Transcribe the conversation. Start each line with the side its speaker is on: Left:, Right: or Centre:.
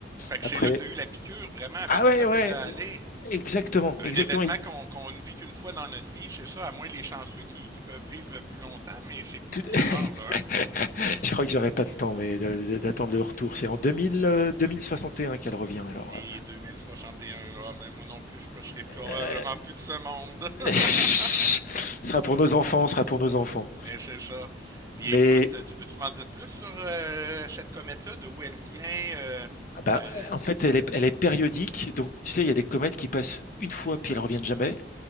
Right: Fait que
Left: Après,
Right: c'est là que tu as eu la piqûre, vraiment, avec
Left: ah
Right: la
Left: ouais,
Right: comète
Left: ouais,
Right: de Halley.
Left: ouais, exactement,
Right: Un
Left: exactement.
Right: événement
Left: Et
Right: qu'on qu'on ne vit qu'une fois dans notre vie, c'est ça, à moins les chanceux qui, qui peuvent vivre plus longtemps, mais c'est plutôt
Left: tout-
Right: rare, là. hein.
Left: <laughs> Je crois que j'aurai pas le temps, mais de- de- d'attendre le retour. C'est en 2000, euh, 2061 qu'elle revient. Alors,
Right: Et deux mille soixante et un ah, mais moi non plus, je ne serai probablement
Left: euh,
Right: plus de ce monde.
Left: <laughs> ce
Right: <laughs>
Left: sera pour nos enfants, ce sera pour nos enfants.
Right: Mais c'est ça. Puis
Left: Mais
Right: écoute, tu peux-tu m'en dire plus sur euh, cette comète-là, de où elle vient, euh,
Left: Ah bah,
Right: euh,
Left: en fait, elle est, elle est périodique. Donc, tu sais, il y a des comètes qui passent une fois puis elles reviennent jamais